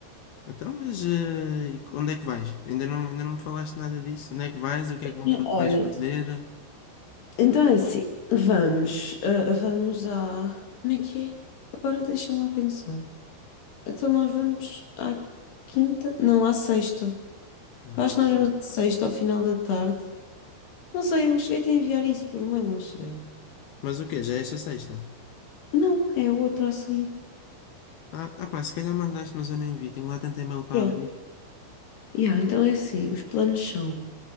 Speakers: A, on the left (about 75°); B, on the left (about 65°).
A: Então, mas eh, e onde é que vais? Ainda não, ainda não me falaste nada disso. Onde é que vais? O que
B: Sim,
A: é que vão fa-
B: Olha,
A: vais fazer?
B: então é assim, vamos, ah, vamos à... Como é que é? Agora deixa-me lá pensar. Então nós vamos à quinta? Não, à sexta.
A: Vão-
B: Eu acho que nós vamos à sexta, ao final da tarde. Não sei, eu cheguei a enviar isso por mail, não cheguei.
A: Mas o quê? Já é esta sexta?
B: Não, é a outra a seguir.
A: Ah, ah pá, se calhar mandaste, mas eu nem vi. Tenho lá tanto e-mail para
B: Pronto.
A: abrir.
B: Yeah, então é assim, os planos são...